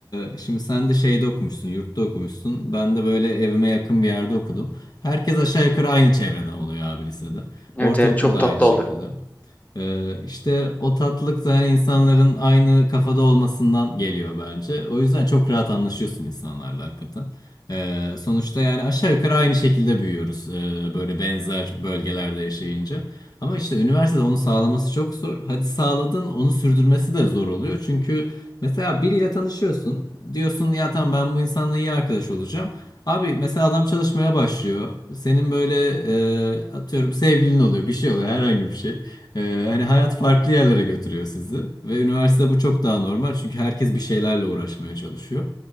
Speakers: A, on the left; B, on the left.
A: e, şimdi sen de şeyde okumuşsun, yurtta okumuşsun. Ben de böyle evime yakın bir yerde okudum. Herkes aşağı yukarı aynı çevreden oluyor abi lisede.
B: Evet
A: Ortaokul
B: evet çok
A: da
B: tatlı
A: aynı şekilde.
B: oldu.
A: Ee, işte o tatlılık da hani insanların aynı kafada olmasından geliyor bence. O yüzden çok rahat anlaşıyorsun insanlarla hakikaten. Ee, sonuçta yani aşağı yukarı aynı şekilde büyüyoruz ee, böyle benzer bölgelerde yaşayınca. Ama işte üniversitede onu sağlaması çok zor. Hadi sağladın onu sürdürmesi de zor oluyor. Çünkü mesela biriyle tanışıyorsun. Diyorsun ya tamam ben bu insanla iyi arkadaş olacağım. Abi mesela adam çalışmaya başlıyor. Senin böyle e, atıyorum sevgilin oluyor bir şey oluyor herhangi bir şey. Ee, hani hayat farklı yerlere götürüyor sizi ve üniversite bu çok daha normal çünkü herkes bir şeylerle uğraşmaya çalışıyor.